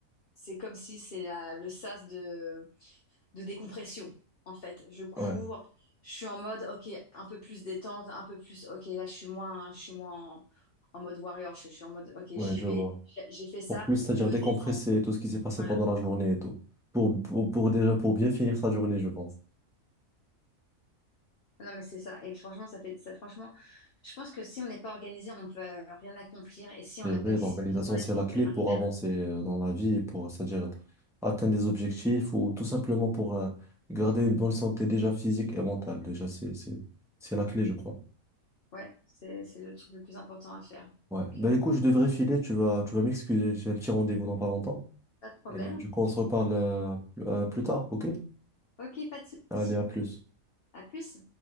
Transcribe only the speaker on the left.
c'est comme si c'est la- le sas de, de décompression, en fait. Je cours,
je suis en mode, ok, un peu plus détente, un peu plus, ok, là, je suis moins, je suis moins en, en mode warrior, je, je suis en mode, ok,
j'y
vais,
j'ai j'ai fait ça,
je me
détends.
Voilà.
Non, mais c'est ça. Et franchement, ça fait ça, franchement, je pense que si on n'est pas organisé, on peut euh, rien accomplir. Et si
on n'a
pas discipline
dans la
vie,
on peut
rien
faire.
Ouais, c'est c'est le truc le plus important à faire.
Donc,
euh,
pas de problème.
Ok, pas de
souci.
À plus.